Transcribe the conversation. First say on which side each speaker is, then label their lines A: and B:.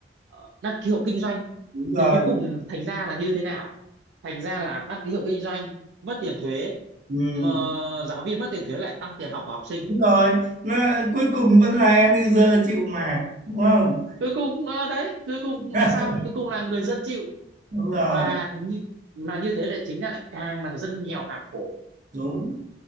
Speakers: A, on the right; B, on the right.
A: ờ, đăng ký hộ kinh doanh
B: đúng rồi,
A: thế cuối cùng thành ra là như thế nào thành ra là đăng ký hộ kinh doanh mất tiền thuế
B: ừ,
A: mà giáo viên mất tiền thuế lại tăng tiền học của học sinh
B: đúng rồi. Nó cuối cùng vẫn là end user chịu mà, đúng không?
A: cuối cùng ờ, đấy cuối cùng
B: <laughs>
A: là sao cuối cùng là người dân chịu
B: Đúng rồi,
A: mà như, mà như thế lại chính ra lại càng là dân nghèo càng khổ
B: đúng,